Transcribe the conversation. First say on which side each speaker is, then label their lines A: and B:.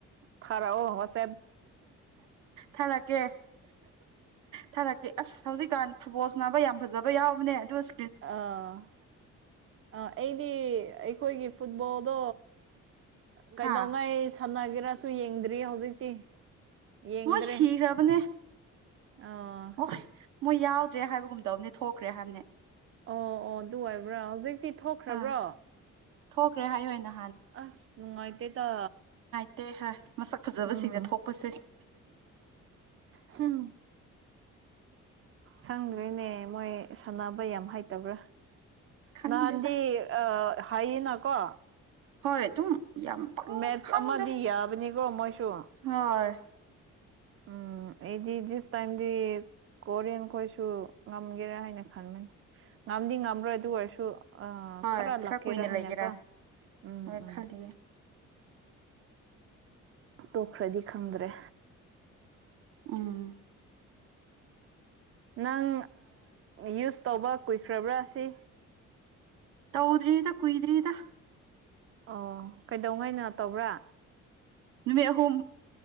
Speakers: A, on the right (about 45°); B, on the right (about 85°).
A: ꯊꯥꯔꯛ ꯑꯣ ꯋꯥꯥꯆꯞ
B: ꯊꯥꯔꯛꯀꯦ ꯊꯥꯔꯛꯀꯦ ꯑꯁ ꯍꯧꯖꯤꯛꯀꯥꯟ ꯐꯨ ꯕ‌ꯣꯟ ꯁꯅꯥꯕ ꯌꯥꯝ ꯐꯖꯕ ꯌꯥꯎꯕꯅꯦ ꯑꯗꯨꯁ
A: ꯑꯥ ꯑꯥ ꯑꯩꯗꯤ ꯑꯩꯈꯣꯏꯒꯤ ꯐꯨꯠꯕꯣꯜꯗꯣ ꯀꯩꯗꯧꯉꯥꯏ
B: ꯍꯥ
A: ꯁꯥꯟꯅꯒꯦꯔꯁꯨ ꯌꯦꯡꯗ꯭ꯔꯤ ꯍꯧꯖꯤꯛ ꯇꯤ ꯌꯦꯡꯗ꯭ꯔꯦ
B: ꯃꯣꯏ ꯁꯤꯈ꯭ꯔꯕꯅꯦ
A: ꯑꯥ
B: ꯍꯣꯏ ꯃꯣꯏ ꯌꯥꯎꯗ꯭ꯔꯦ ꯍꯥꯏꯕꯒꯨꯝꯗꯧꯅꯦ ꯊꯣꯛꯈ꯭ꯔꯦ ꯍꯥꯏꯝꯅꯦ
A: ꯑꯣ ꯑꯣ ꯑꯗꯨ ꯑꯣꯏꯕ꯭ꯔꯥ ꯍꯧꯖꯤꯛꯇꯤ ꯊꯣꯛꯈ꯭ꯔꯕ꯭ꯔꯣ
B: ꯑ ꯊꯣꯛꯈ꯭ꯔꯦ ꯍꯥꯏ ꯍꯣꯏꯅ
A: ꯑꯁ ꯅꯨꯡꯉꯥꯏꯇꯦ ꯇꯥ
B: <unintelligible> ꯐꯖꯕꯁꯤꯡꯅ
A: ꯎꯝ
B: ꯊꯣꯛꯄꯁꯦ
A: ꯍꯨꯝ ꯈꯪꯗꯔꯦꯅꯦ ꯃꯣꯏ ꯁꯥꯟꯅꯕ ꯌꯥꯝ ꯍꯩꯇꯕ꯭ꯔꯥ
B: ꯈꯪꯗꯦꯗ
A: ꯅꯍꯥꯟꯗꯤ ꯑꯥ ꯍꯥꯏꯌꯦꯅꯀꯣ
B: ꯍꯣꯏ ꯑꯗꯨꯝ ꯌꯥꯝ
A: ꯃꯦꯠꯁ
B: ꯈꯪꯗꯦ
A: ꯑꯃꯗꯤ ꯌꯥꯕꯅꯤꯀꯣ ꯃꯣꯏꯁꯨ
B: ꯍꯣꯏ
A: ꯎꯝ ꯑꯩꯗꯤ ꯇꯥꯏꯝꯗꯤ ꯀꯣꯔꯤꯌꯟ ꯈꯣꯏꯁꯨ ꯉꯝꯒꯦꯔꯥ ꯍꯥꯏꯅ ꯈꯟꯕꯅꯤ ꯉꯝꯗꯤ ꯉꯝꯔꯣꯏ ꯑꯗꯨ ꯑꯣꯏꯔꯁꯨ ꯑꯥ
B: ꯍꯣꯏ
A: ꯈꯔ ꯂꯥꯛꯀꯦꯔꯥ
B: ꯀꯨꯏꯅ
A: ꯍꯥꯏꯅꯀ
B: ꯂꯩꯒꯦꯔꯥ
A: ꯎꯝ
B: ꯍꯣꯏ
A: ꯎꯝ
B: ꯈꯜꯂꯤꯅꯦ
A: ꯇꯣꯛꯈ꯭ꯔꯗꯤ ꯈꯪꯗ꯭ꯔꯦ
B: ꯎꯝ
A: ꯅꯪ ꯌꯨꯁ ꯇꯧꯕ ꯀꯨꯏꯈ꯭ꯔꯕ꯭ꯔꯥ ꯁꯤ
B: ꯇꯧꯗ꯭ꯔꯤꯗ ꯀꯣꯏꯗ꯭ꯔꯤꯗ
A: ꯑꯣ ꯀꯩꯗꯧꯉꯥꯏꯅ ꯇꯧꯕ꯭ꯔꯥ
B: ꯅꯨꯃꯤꯠ ꯑꯍꯨꯝ